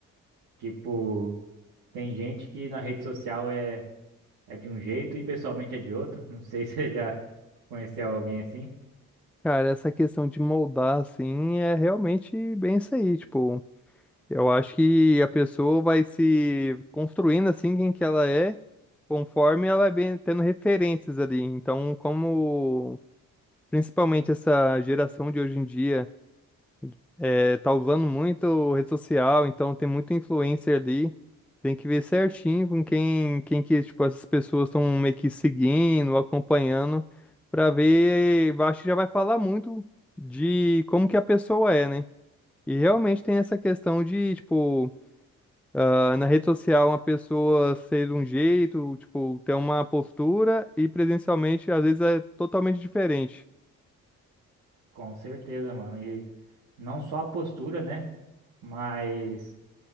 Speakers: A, on the right (about 80°); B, in the centre.
A: Tipo, tem gente que na rede social é é de um jeito e pessoalmente é de outro. Não sei <laughs> se você já conheceu alguém assim.
B: Cara, essa questão de moldar assim é realmente bem isso aí, tipo, Eu acho que a pessoa vai se construindo assim quem que ela é, conforme ela vem tendo referências ali. Então, como principalmente essa geração de hoje em dia é, tá usando muito rede social, então tem muito influencer ali, tem que ver certinho com quem, quem que tipo, essas pessoas estão meio que seguindo, acompanhando, para ver, eu acho que já vai falar muito de como que a pessoa é, né? E realmente tem essa questão de, tipo ah, na rede social, uma pessoa ser de um jeito, tipo, ter uma postura e presencialmente, às vezes, é totalmente diferente.
A: Com certeza, mano. E não só a postura, né? Mas